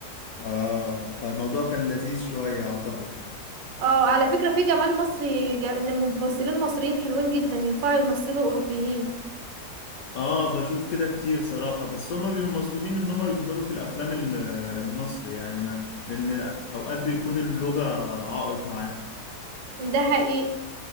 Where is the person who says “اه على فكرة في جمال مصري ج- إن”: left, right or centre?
Right